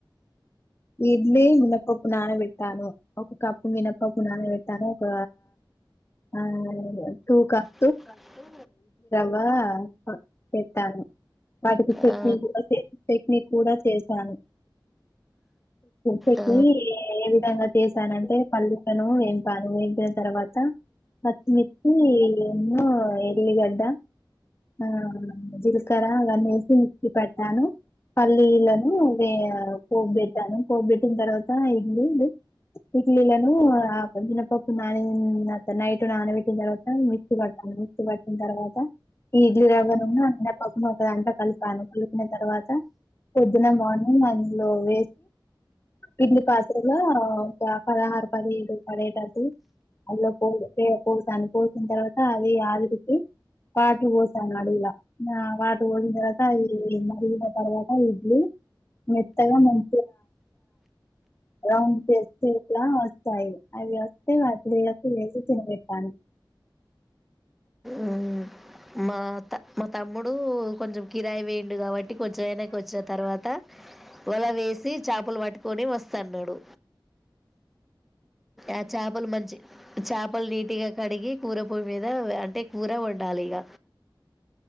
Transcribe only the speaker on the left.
ఇడ్లి మినపప్పు నానపెట్టాను ఒక కప్పు మినప్పప్పు నాన పెట్టను ఒక ఆ టూ కప్
వా చేతాను వాటికి చట్నీ
దోస చట్నీ కూడా చేశాను చట్నీ
ఏ విధంగా చేసానంటే పలెలను వెంపాను తర్వాత పచ్చిమిర్చి ను ఎల్లిగడ్డ ఆ జీలకర్ర అవన్ని వేసి మిక్సీ పటను పల్లీలను పోబ్బెట పోబ్బెట్టిన తర్వాత ఇడ్లీలు ఇడ్లీలను మినపప్పు నాని నైట్ నానబెట్టిన తర్వాత మిక్సీ పడతాను మిక్స్ పట్టిన తరువాత ఈ ఇడ్లి రవ్వను అ మినపప్పు ను ఒకదాంట్లో కలిపాను కలిపిన తర్వాత పొద్దున మార్నింగ్ అందులో వే ఇడ్లి పాత్రగా ఒక పదహారు పదిహేడు పడేటటు అందులో పో పోసాను పోసిన తర్వాత అది ఆవిరికి వాటర్ పోసాను అడుగుల వాటర్ పోసిన తర్వాత అవి మరిగిన తర్వాత ఇడ్లీ మెత్తగా మన్ రౌండ్ చేస్త ఇట్లా వస్తాయి అవి వస్తే పిల్లకు వేసి తినపెడతాను